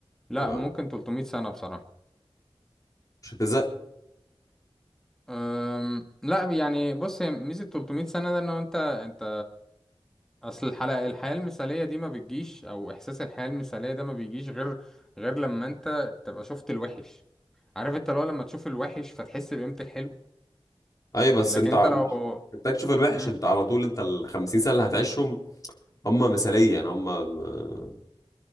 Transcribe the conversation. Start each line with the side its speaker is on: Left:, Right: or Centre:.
Centre: لا
Left: اه
Centre: ممكن تلتمية سنة بصراحة
Left: مش هتزهق
Centre: أم لا يعني بص هي ميزة تلتمية سنة ده ان هو انت انت اصل الحلقة الحياة المثالية دي ما بتجيش او احساس الحياة المثالية ده ما بيجيش غير غير لما انت تبقى شفت الوحش عارف انت لو لما تشوف الوحش فتحس بقيمة الحلو
Left: اي بس
Centre: لكن
Left: انت
Centre: انت
Left: ع-
Centre: لو
Left: مش محتاج تشوف الوحش
Centre: مم.
Left: انت على طول انت ال 50 سنه اللي هتعيشهم هم مثالية يعني هم م-